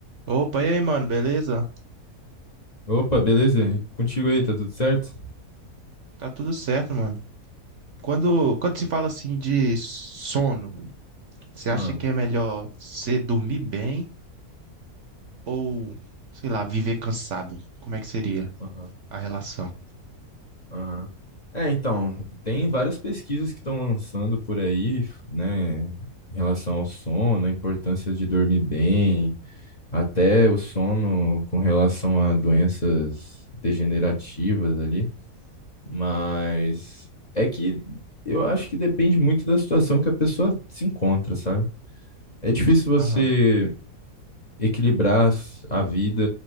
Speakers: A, on the right; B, on the left.
A: Opa, e aí, mano, beleza?
B: Opa, beleza? E contigo aí, tá tudo certo?
A: Tá tudo certo, mano. Quando, quando se fala assim de sono, você acha
B: Ah,
A: que é melhor você dormir bem ou, sei lá, viver cansado? Como é que seria
B: aham,
A: a relação?
B: aham. É, então, tem várias pesquisas que estão lançando por aí, né, em relação ao sono, a importância de dormir bem, até o sono com relação a doenças degenerativas ali, mas é que eu acho que depende muito da situação que a pessoa se encontra, sabe? É difícil você
A: Aham,
B: equilibrar s- a vida